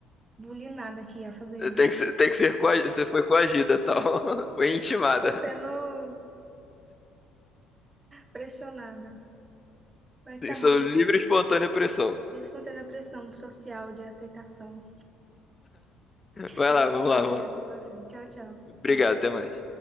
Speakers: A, on the right (about 25°); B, on the left (about 25°).
A: bulinada aqui a fazer isso.
B: Eh, Tem que, ser- tem que ser coagi- você foi coagida, tal. <laughs> Foi intimada.
A: Tô sendo pressionada. Mas
B: Isso
A: tá bom,
B: é
A: então.
B: livre e espontânea pressão.
A: Vivo contando a pressão social de aceitação.
B: Vai
A: Mas
B: lá,
A: vai
B: vamos
A: lá
B: lá,
A: pega
B: vamos lá.
A: seu café. Tchau, tchau.
B: Obrigado, até mais.